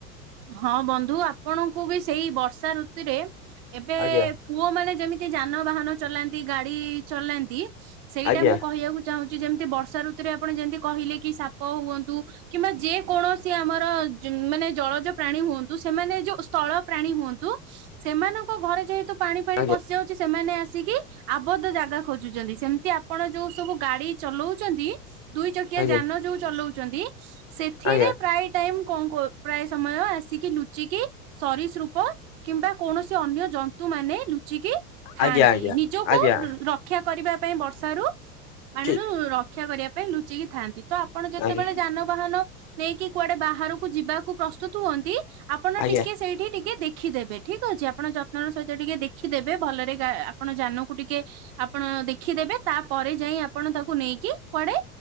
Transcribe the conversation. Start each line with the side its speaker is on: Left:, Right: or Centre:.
Right: ହଁ ବନ୍ଧୁ ଆପଣଙ୍କୁ ବି ସେଇ ବର୍ଷା ଋତୁରେ ଏବେ
Left: ଆଜ୍ଞା
Right: ପୁଅ ମାନେ ଯେମିତି ଯାନବାହାନ ଚଲାନ୍ତି ଗାଡି ଚଲାନ୍ତି। ସେଇଟା
Left: ଆଜ୍ଞା
Right: ମୁଁ କହିବାକୁ ଚାହୁଁଚି ଯେମ ତି ବର୍ଷା ଋତୁରେ ଆପଣ ଯେମିତି କହିଲେ କି ସାପ ହୁଅନ୍ତୁ କିମ୍ବା ଯେ କୌଣସି ଆମର ଜୁ ମାନେ ଜଳଜ ପ୍ରାଣୀ ହୁଅନ୍ତୁ ସେମାନେ ଯୋଉ ସ୍ଥଳ ପ୍ରାଣୀ ହୁଅନ୍ତୁ ସେମାନଙ୍କ ଘରେ ଯେହେତୁ ପାଣି ଫାଣି
Left: ଆଜ୍ଞା
Right: ପଶିଯାଉଚି ସେମାନେ ଆସିକି ଆବଦ୍ଧ ଜାଗା ଖୋଜୁଚନ୍ତି। ସେମିତି ଆପଣ ଯୋଉ ସବୁ ଗାଡି ଚଲୋଉଚନ୍ତି ଦୁଇ ଚକିଆ
Left: ଆଜ୍ଞା
Right: ଯାନ ଯୋଉ ଚଲୋଉଚନ୍ତି ସେଥିରେ
Left: ଆଜ୍ଞା
Right: ପ୍ରାୟେ ଟାଇମ୍ କଣ ପ୍ରାୟ ସମୟ ଆସିକି ଲୁଚିକି ସରିସୃପ କିମ୍ବା କୌଣସି ଅନ୍ୟ ଜନ୍ତୁ ମାନେ ଲୁଚିକି ଥାଆନ୍ତି।
Left: ଆଜ୍ଞା ଆଜ୍ଞା
Right: ନିଜକୁ
Left: ଆଜ୍ଞା
Right: ର-ର ରକ୍ଷା କରିବା ପାଇଁ ବର୍ଷାରୁ ପାଣିରୁ
Left: ଠିକ୍
Right: ରକ୍ଷା କରିବା ପାଇଁ ଲୁଚିକି ଥାନ୍ତି ତ ଆପଣ ଯେତେବେଳେ
Left: ଆଜ୍ଞା
Right: ଯାନବାହାନ ନେଇକି କୁଆଡେ ବାହାରକୁ ଯିବାକୁ ପ୍ରସ୍ତୁତ ହୁଅନ୍ତି ଆପଣ
Left: ଆଜ୍ଞା
Right: ଟିକେ ସେଇଠି ଟିକେ ଦେ ଦେଖିଦେବେ ଠିକ ଅଛି। ଆପଣ ଯତ୍ନ ର ସହିତ ଟିକେ ଦେଖିଦେବେ ଭଲରେ ଗା ଆପଣ ଯାନକୁ ଟିକେ ଆପଣ ହଁ ଦେଖିଦେବେ ତାପରେ ଯାଇ ଆପଣ ତାକୁ ନେଇକି କୁଆଡେ